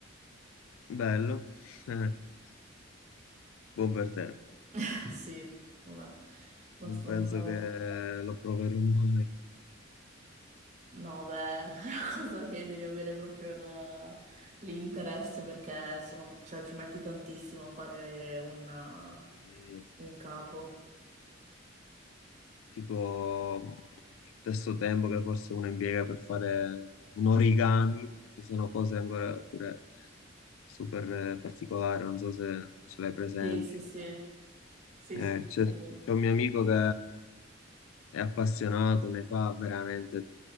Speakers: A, on the left (about 80°); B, on the right (about 35°).
A: bello. <laughs> Buon per te.
B: <laughs> Sì, vabbè, abbastanza.
A: Non penso che lo proverò mai.
B: No, beh, <laughs> è una cosa che devi avere proprio la- l'interesse perché sono, cioè, ci metti tantissimo a fare un, uh,
A: Eh,
B: un capo.
A: tipo stesso tempo che forse uno impiega per fare un origami, che sono cose ancora pure super eh, particolari, non so se ce l'hai presenti.
B: Sì, sì, sì, sì,
A: Eh,
B: sì, anche
A: c'è
B: quello.
A: c'è un mio amico che è appassionato, ne fa veramente